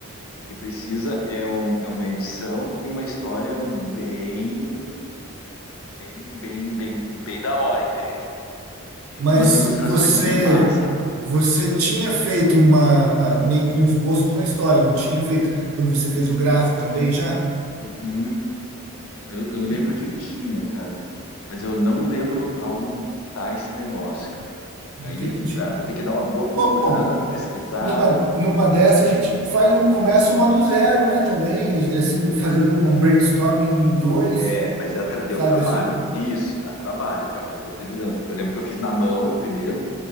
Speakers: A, on the left; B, on the right.
A: O que precisa é, um, é uma edição e uma história bem, bem, bem, bem, bem da hora, entende?
B: mas
A: E umas ilustrações
B: você
A: bem massa.
B: você tinha feito uma meio que um esboço de uma história, não tinha feito quando você fez o gráfico também já?
A: Uhum. Eu, eu lembro
B: En-
A: que eu tinha, cara, mas eu não lembro aonde que tá esse negócio, cara.
B: Entendi.
A: Aí é que tá. Vou ter que dar uma boa procurada,
B: Bom,
A: uma pesquisada.
B: Numa, numa dessa a gente faz, começa uma do zero, né, também, assim, fazendo um brainstorming em dois,
A: É, mas dá tra- deu
B: sabe
A: trabalho.
B: assim?
A: Isso, dá trabalho, cara. Já vou te avisando, porque eu lembro que eu fiz na mão primeiro.